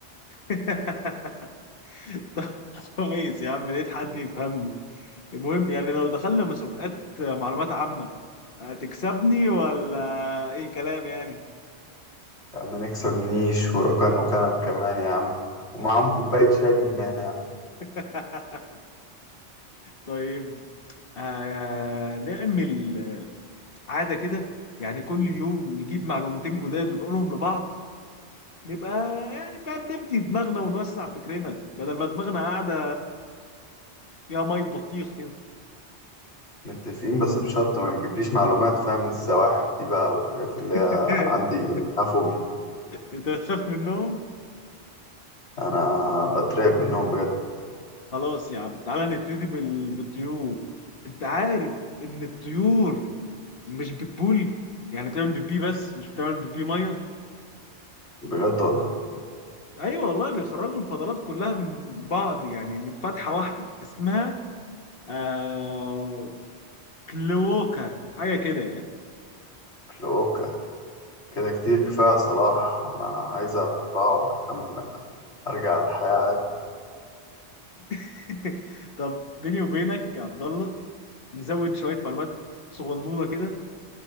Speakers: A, on the left (about 60°); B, on the left (about 90°).
A: <laughs> <laughs> طب كويس يا عم لقيت حد يفهمني المهم يعني لو دخلنا مسابقات معلومات عامة هتكسبني ولا ايه كلام يعني
B: يا عم نكسب نيش وركن وكنب كمان يا عم ومعاهم كوباية شاي بالنعناع
A: <laughs> طيب آه نعمل آه، عادة كده يعني كل يوم نجيب معلومتين جداد ونقولهم لبعض نبقى يعني فاهم نبدي دماغنا ونوسع فكرنا بدل ما دماغنا قاعدة فيها مية بطيخ كده
B: متفقين بس بشرط ما تجيبليش معلومات فاهم الزواحف دي بقى والحاجات اللي
A: <laughs>
B: هي عندي منها فوبيا
A: انت بتخاف منهم
B: أنا بترعب منهم بجد
A: خلاص يا عم تعالى نبتدي بال... بالطيور انت عارف ان الطيور مش بتبول يعني بتعمل بيبي بس مش بتعمل بيبي ميه
B: بجد والله
A: ايوه والله بيخرجوا الفضلات كلها من بعض يعني من فتحه واحده اسمها آه... كلوكا حاجه كده يعني
B: لو ك- كده كتير كفاية يا صلاح أنا عايز أروح أم- أرجع الحياة عادي
A: <laughs> طب بيني وبينك يا عبد الله نزود شويه معلومات صغنونه كده